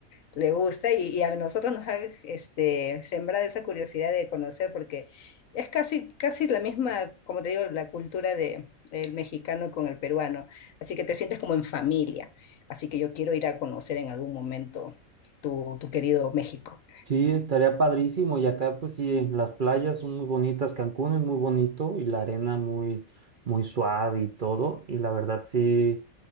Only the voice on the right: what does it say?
sí, estaría padrísimo. Y acá pues sí, las playas son muy bonitas, Cancún es muy bonito y la arena muy, muy suave y todo. Y la verdad sí,